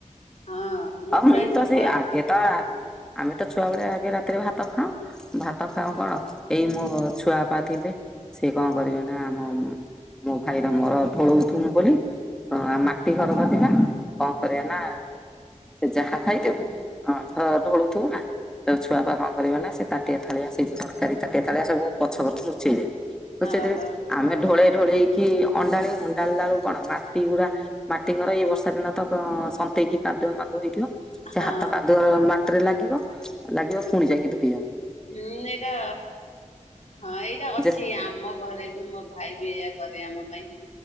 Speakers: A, on the left; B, in the centre.
A: ହଁ।
B: ଅ ମୁଁ
A: ପ୍ରାୟ
B: ତ
A: ପଖାଳ
B: ସେଇ ଆଗେ
A: ହଁ
B: ତ। ଆମେ ତ ଛୁଆବେଳେ ଆଗେ ରାତିରେ ଭାତ ଖାଉଁ ଭାତ ଖାଉଁ କଣ। ଏଇ ମୋ ଛୁଆପା ଥିଲେ ସିଏ କଣ କରିବେ ନା ଆମ ମୋ ଭାଇର ମୋର ଢୋଳଉଥୁମୁ ବୋଲି। ହଁ ଆ ମାଟି ଘରତ ଥିଲା କଣ କରିବେ ନା। ସେ ଯାହା ଖାଇଥିବୁ ଢୋଳୁଥିବୁ ନା। ତ ଛୁଆପା କଣ କରିବେ ନା ସେ ତାଟିଆ ଥାଳିଆ ସହି ତରକାରୀ ତାଟିଆ ଥାଳିଆ ସବୁ ପଛ ପଟକୁ ଲୁଚେଇ ଦେବେ।
A: ହଁ
B: ଲୁଚେଇ ଦେବେ
A: ହୋ
B: ଆମେ
A: ହଁ
B: ଢୋଳେଇ ଢୋଳେଇକି ଅଣ୍ଡାଳିବୁ ଅଣ୍ଡାଳିଲା ବେଳୁକୁ କଣ ମାଟି ଗୁଡା। ମାଟି ଘର ଏଇ ବର୍ଷା ଦିନ ତ ସନ୍ତେଇକି କାଦୁଆ ମା ଧୋଇଥିବ ସେ
A: ହଁ
B: ହାତ କାଦୁଅ ମାଟିରେ ଲାଗିବ ଲାଗିବ ପୁଣି ଯାଇକି ଧୋଇହବ।
A: ହୁଁ ଏଇରା ହଁ ଏଇରା ଅଛି
B: ଯେ
A: ଆମ ଘରେ ବି ମୋ ଭାଇ ବି ଏଇଆ କରେ ଆମ ପାଇଁ।